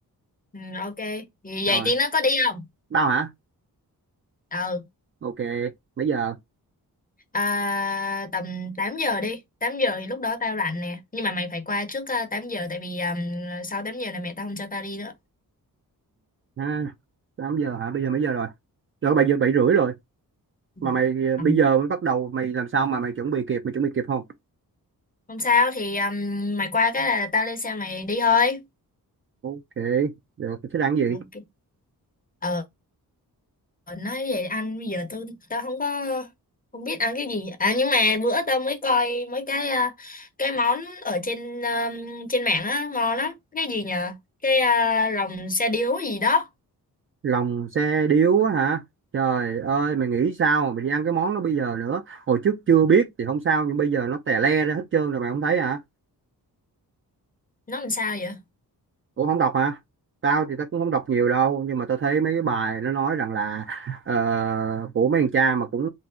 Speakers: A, on the left (about 25°); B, on the right (about 35°).
A: ừ, ok thì
B: rồi
A: vậy tí nó có đi không
B: bao hả
A: ừ
B: Ok bây giờ
A: à, tầm 8 giờ đi 8 giờ thì lúc đó tao rảnh nè nhưng mà mày phải qua trước ờ, 8 giờ tại vì ừm, sau 8 giờ là mẹ tao không cho tao đi nữa
B: ha 8 giờ hả bây giờ mấy giờ rồi Rồi bây giờ 7 rưỡi rồi
A: Ừ.
B: Mà mày
A: Ừ.
B: bây giờ mới bắt đầu Mày làm sao mà mày chuẩn bị kịp Mày chuẩn bị kịp không
A: không sao thì ừm, mày qua cái là tao lên xe mày đi thôi
B: Ok được thế đang gì
A: ok Ờ, Ờ, nói vậy anh bây giờ tôi tao không có không biết ăn cái gì à nhưng mà bữa tao mới coi mấy cái ờ, cái món ở trên ờ, trên mạng á ngon lắm cái gì nhờ cái ờ, lòng xe điếu gì đó
B: lòng xe điếu á hả trời ơi mày nghĩ sao mà mày đi ăn cái món đó bây giờ nữa hồi trước chưa biết thì không sao nhưng bây giờ nó tè le ra hết trơn rồi mày không thấy hả
A: nó làm sao vậy
B: ủa không đọc hả tao thì tao cũng không đọc nhiều đâu nhưng mà tao thấy mấy cái bài nó nói rằng là ờ, của mấy thằng cha mà cũng